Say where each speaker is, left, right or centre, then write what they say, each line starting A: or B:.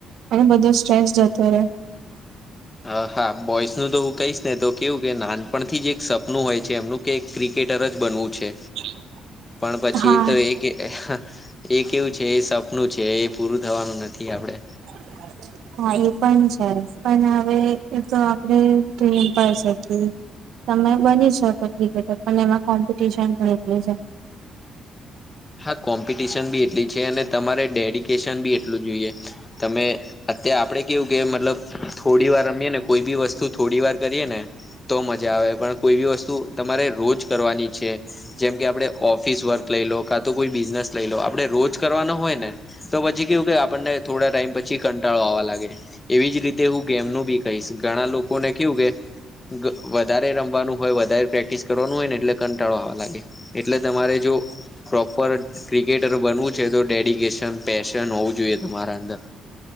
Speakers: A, on the right; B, on the left.
A: અને બધો સ્ટ્રેસ જતો રહે.
B: હા, હા, બોઇસ નું તો <unintelligible> ને તો કેવું કે નાનપણથી જે એક સપનું હોય છે એમનું કે એક ક્રિકેટર જ બનવું છે.
A: <inaudible>
B: પણ પછી
A: હા
B: તો એક <inaudible> કે એ કેવું છે એ સપનું છે એ પૂરું થવાનું નથી આપડે.
A: <inaudible> હા એ પણ છે પણ હવે એ તો આપડે ડ્રીમ પર <unintelligible> તમે બની શકો ક્રિકેટર પણ એમાં કોમ્પિટિશન પણ એટલી જ
B: હા, કોમ્પિટિશન બી એટલી છે અને તમારે ડેડિકેશન બી એટલું જોઈએ. તમે અત્યારે આપણે કેવું કે મતલબ થોડી વાર રમીએે ને કોઈ બી વસ્તુ થોડી વાર કરીએ ને તો મજા આવે પણ કોઈ બી વસ્તુ તમારે રોજ કરવાની છે જેમ કે આપણે ઓફિસ વર્ક લઈ લો. કા તો કોઈ બિઝનેસ લઈ લો આપડે રોજ કરવાનો હોય ને તો પછી કેવું કે આપણને થોડા ટાઈમ પછી કંટાળો આવવા લાગે. એવી જ રીતે હું ગેમનું બી કહીશ ઘણા લોકોને કેવું કે વધારે રમવાનું હોય વધારે પ્રેક્ટિસ કરવાનું હોય ને એટલે કંટાળો આવવા લાગે. એટલે તમારે જો પ્રોપર ક્રિકેટર બનવું છે તો ડેડિકેશન પેશન હોવું જોઈએ તમારા અંદર.